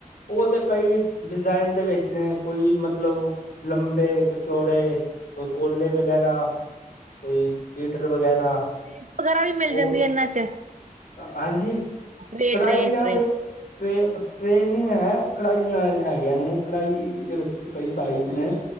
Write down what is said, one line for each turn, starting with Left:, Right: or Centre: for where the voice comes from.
Left: ਉਹ ਤੇ ਕਈ ਡਿਜ਼ਾਇਨ ਦੇ ਵਿੱਚ ਨੇ, ਕੋਈ ਮਤਲਬ। ਲੰਬੇ, ਕਚੌੜੇ। ਕੋਈ ਕੋਲੇ ਵਗੈਰਾ, ਕੋਈ ਲੀਟਰ ਵਗੈਰਾ।
Right: ਸੇਬ ਵਗੈਰਾ ਵੀ ਮਿਲ ਜਾਂਦੇ
Left: ਉਹ
Right: ਇਹਨਾਂ 'ਚ।
Left: ਹਾਂਜੀ,
Right: ਟਰੇ
Left: ਕਢਾਈ
Right: ਟਰੇ
Left: ਜਾਂ
Right: ਟਰੇ
Left: ਦੇ। ਟਰੇ ਟ੍ਰੇ ਨੀ ਹੈ। ਕੜਾਹੀਆਂ ਹੈਗੀਆਂ ਨੇ, ਕੜਾਹੀ ਦੇ ਵਿੱਚ ਕਈ ਸਾਈਜ਼ ਨੇ।